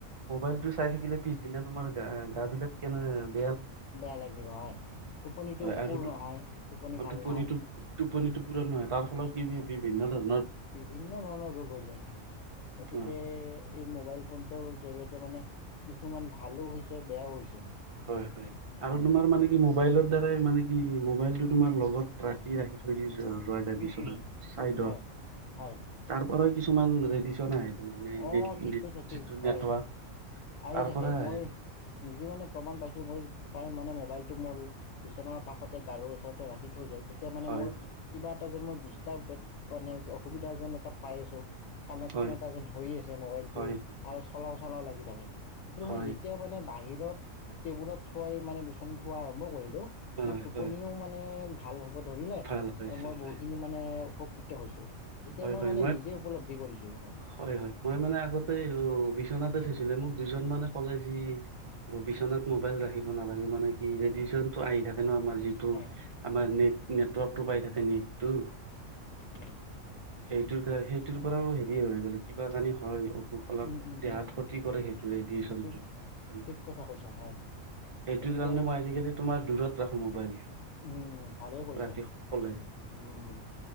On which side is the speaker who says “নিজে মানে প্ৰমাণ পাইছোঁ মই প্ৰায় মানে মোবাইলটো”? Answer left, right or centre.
Left